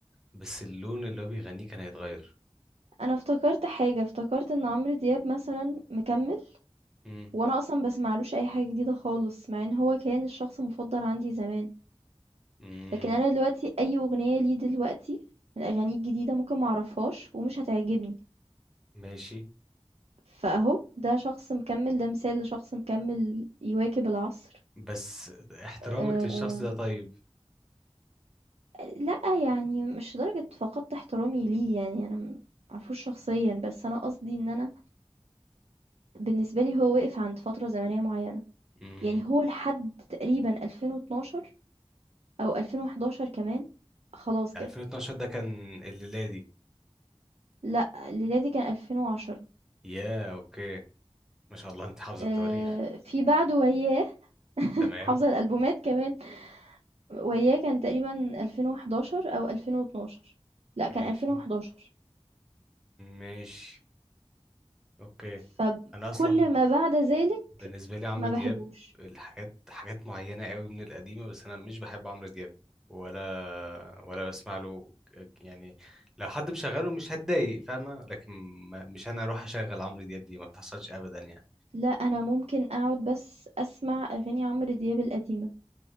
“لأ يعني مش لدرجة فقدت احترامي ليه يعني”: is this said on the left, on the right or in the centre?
Right